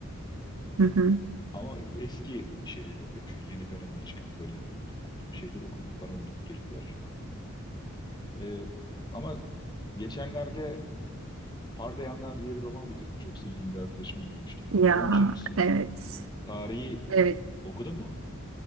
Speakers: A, on the left; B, on the right.
A: E,
B: hı hı.
A: Ama eski şeyleri okuyorum. Şimdi yeni dönemde çıkan böyle uyduruk uyduruk şeyler okumuyorum. Bana uyduruk geliyorlar. E, ama geçenlerde Pardayanlar diye bir roman bitirdim. Çok sevdiğim bir arkadaşım önermişti.
B: Ya
A: 10 cilt.
B: evet.
A: Tarihi
B: Evet.
A: okudun mu?